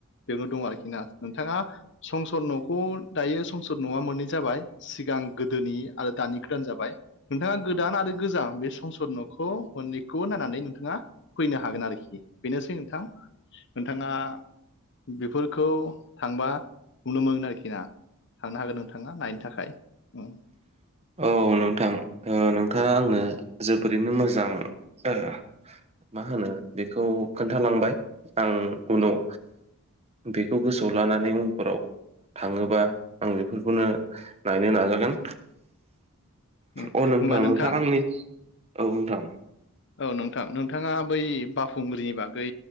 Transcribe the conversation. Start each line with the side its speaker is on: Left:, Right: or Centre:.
Left: बेयावनो दं आरोखि ना नोंथाङा संसार न'खौ। दायो संसद नङा मोननै जाबाय सिगां गोदोनि आरो दानि गोदान जाबाय। नोंथाङा गोदान आरो गोजाम बे संसद न'खौ मोननैखौ नायनानै नोंथाङा फैनो हागोन आरोखि बेनोसै नोंथां नोंथाङा बेफोरखौ थांबा नुनो मोनगोन आरोखि ना। थांनो हागोन नोंथांङा नायनो थाखाय। उम,
Right: औ नोंथां ओ नोंथांङा
Left: औ
Right: आंनो जोबोरैनो मोजां ओ मा होनो बेखौ खोन्थालांबाय आं उनाव बेखौ गोसोआव लानानै उनफोराव थांङोबा आं बेफोरखौनो नायनो नाजागोन।
Left: उम।
Right: अ नोंथां-नोंथां
Left: होमबा नोंथां
Right: आंनि औ नोंथां।
Left: औ नोंथां नोंथांङा बै बााखुंग्रिनि बागै